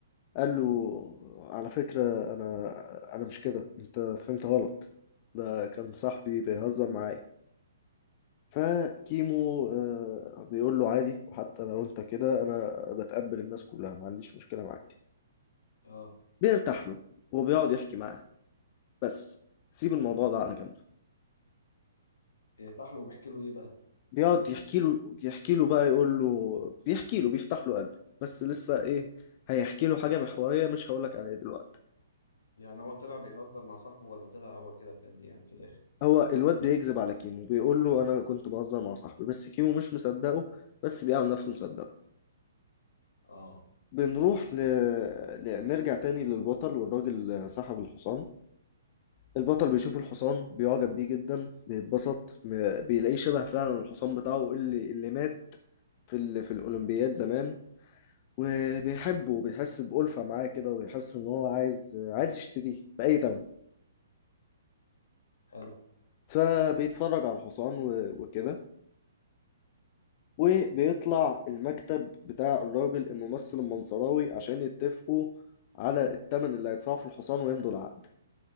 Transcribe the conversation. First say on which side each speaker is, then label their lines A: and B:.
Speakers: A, on the left; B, on the left.
A: قال له على فكرة أنا أنا مش كده أنت فهمت غلط ده كان صاحبي بيهزر معايا فكيمو آه، بيقول له عادي وحتى لو أنت كده أنا بتقبل الناس كلها ما عنديش مشكلة معاك
B: اه
A: بيرتاح له وبيقعد يحكي معاه بس سيب الموضوع ده على جنب
B: يرتاح له وبيحكي له إيه بقى؟
A: بيقعد يحكي له يحكي له بقى يقول له بيحكي له بيفتح له قلبه بس لسه إيه هيحكي له حاجة محورية مش هقولك عليها دلوقتي
B: يعني هو طلع بيهزر مع صاحبه ولا طلع هو كده بجد يعني في الآخر؟
A: هو الواد بيكذب على كيمو بيقول له انا كنت بهزر مع صاحبي بس كيمو مش مصدقه بس بيعمل نفسه مصدقه
B: اه
A: بنروح ل... ل... نرجع تاني للبطل والراجل صاحب الحصان البطل بيشوف الحصان بيعجب بيه جدا بيتبسط م- بيلاقيه شبه فعلا الحصان بتاعه اللي اللي مات في ال... في الأولمبياد زمان وبيحبه وبيحس بألفة معاه كده وبيحس إن هو عايز عايز يشتريه بأي تمن
B: حلو
A: فبيتفرج على الحصان و... وكده وبيطلع المكتب بتاع الراجل الممثل المنصراوي عشان يتفقوا على الثمن اللي هيدفعه في الحصان ويمضوا العقد